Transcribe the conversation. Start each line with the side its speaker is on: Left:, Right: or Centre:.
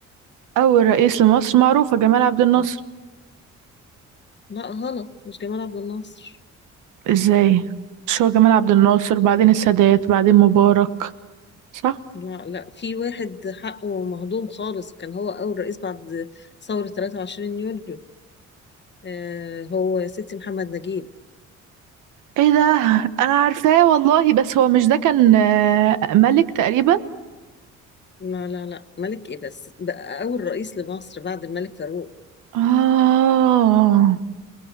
Right: أول رئيس لمصر معروفة جمال عبد الناصر
Left: اه لا غلط مش جمال عبد الناصر
Right: إزاي؟ مش هو جمال عبد الناصر بعدين السادات بعدين مبارك صح؟
Left: لا لا في واحد حقه مهضوم خالص كان هو أول رئيس بعد ثورة 23 يوليو آه هو يا ستي محمد نجيب
Right: إيه ده؟ أنا عارفاه والله بس هو مش ده كان آه، ملك تقريبا؟
Left: لا لا لا ملك إيه بس بقى أول رئيس لمصر بعد الملك فاروق
Right: آه